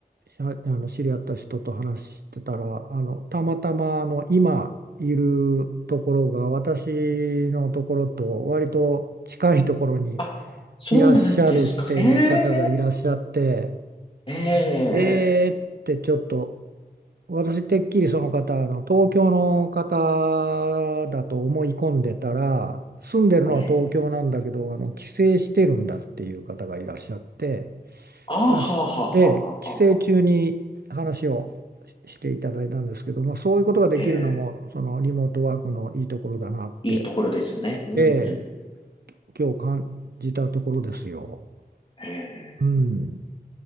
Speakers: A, on the right; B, on the left.
A: しゃあの知り合った人と話してたら、あの、たまたまあの今いるところが私のところと割と近いところに
B: あ、そうなんですか。
A: いらっしゃるっていう方がいらっしゃって、
B: へえ。ええ。
A: えーってちょっと、私てっきりその方、あの東京の方だと思い込んでたら、住んでるのは東京なんだけど、
B: はい。
A: あの帰省してるんだっていう方がいらっしゃって、
B: あーはあ、
A: だからすええ、
B: はあ、はあ、はあ、
A: 帰省中に話をししていただいたんですけど、
B: はあ。
A: まあ、そういうことができるのも、
B: ええ。
A: そのリモートワークのいいところだなって、
B: いいところですね。うん。
A: ええ、今日感じたところですよ。
B: ええ。
A: うん